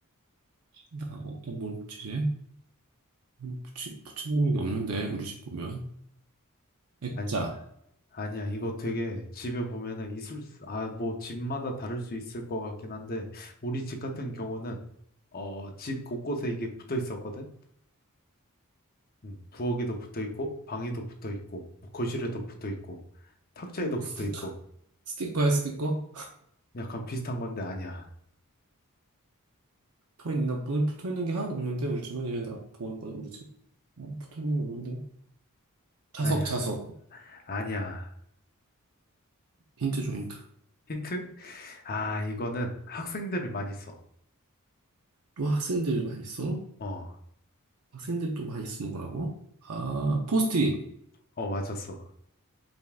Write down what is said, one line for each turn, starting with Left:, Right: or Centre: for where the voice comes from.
Right: 나 어떤 뭘 붙이지? 뭐 붙이, 붙여놓은 게 없는데, 우리 집 보면. 액자.
Left: 아니, 아니야. 이거 되게 집에 보면은 있을 수, 아, 뭐, 집마다 다를 수 있을 것 같긴 한데, 우리 집 같은 경우는, 어, 집 곳곳에 이게 붙어 있었거든? 음, 부엌에도 붙어 있고, 방에도 붙어 있고, 뭐 거실에도 붙어 있고, 탁자에도
Right: 뭐
Left: 붙어
Right: 스티커.
Left: 있고,
Right: 스티커야, 스티커?
Left: 약간 비슷한 건데 아니야.
Right: 붙어있는, 나 뭐- 붙어있는 게 하나도 없는데, 우리 집은 이제 나보있거든 우리 집. 어, 붙어있는 게 없는데. 자석,
Left: 아니야.
Right: 자석.
Left: 아니야.
Right: 힌트 줘, 힌트.
Left: 힌트? 아, 이거는 학생들이 많이 써.
Right: 또 학생들 많이 써?
Left: 어,
Right: 학생들 또 많이 쓰는 거라고? 아, 포스트잇.
Left: 어, 맞았어.